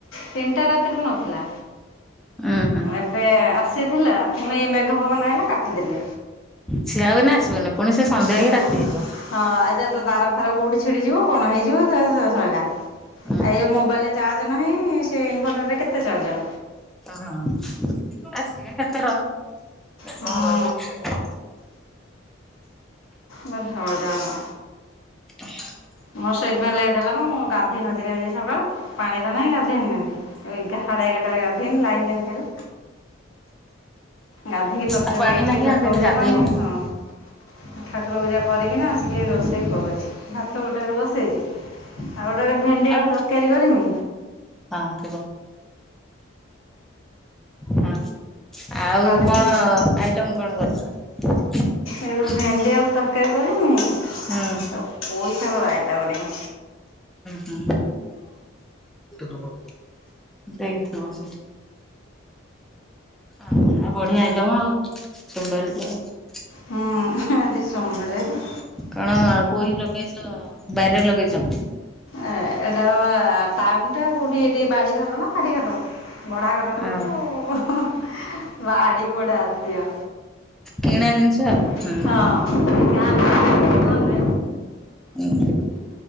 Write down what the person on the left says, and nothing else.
ତିନିଟା ରାତିରୁ ନଥିଲା
ଏବେ ଆସ। ଥିଲା ପୁଣି ଏଇ ମେଘ ପବନ ଆଇଲା କାଟିଦେଲେ।
ନା
ହଁ ଏବେ ତ ତାର ଫାର କୋଉଠି କଣ ହେଇଯିବ ସେ ସେ ସଇଲା।
ଇଆ ମୋବାଇଲରେ ଚାର୍ଜ ନାହିଁ ସେ ଇନଭଟରରେ କେତେ ଚାର୍ଜର।
ହଁ
ବଟ ହଇରାଣ।
ମୋର ସେଇଥିପାଇଁ ଲେଟ୍ ହେଲା ବା ମୁଁ ଗାଧେଇ ନଥିଲି ଆଜି ସକାଳୁ ପାଣି ତ ନାହିଁ ଗାଧେଇବି କେମିତି। ଏଗା ସାଢେ ଏଗାରଟାରେ ଗାଧେଇନି ଲାଇନ୍ କେମତି ହେଲା। ଗାଧେଇକି ତରତର
ଯାଇକି ଟିକେ
ଠାକୁର
ପୂଜା
କରିନି ହଁ ଠାକୁର ପୂଜା। କରିକିନା ଆସିକି ରୋଷେଇ କରୁଛି ଭାତ ଗୋଟାକରେ ବସେଇଛି। ଆଉ ଗୋଟେ ରେ ଭେଣ୍ଡି
ଆଳୁ ତରକାରୀ କରିନି।
ଏଇଆ
କରିମି
ଏ ଭେଣ୍ଡି ଆଳୁ ତରକାରୀ କରିନି ଆଉ
ପୋଇସାଗ ସୟତା କରିବି।
ହୁଁ ଆଜି ସୋମବାର ତ।
ଏ ଏଟା ଟାଉନ ଟ କୋଉଠି ଏଠି ବାଡିଘର ନା ଫାଡିଘର। ଭଡା ଘରେ ରହୁଛୁ
ବାଡି କୁଆଡେ ଆଶିବ।
ହଁ
<unintelligible>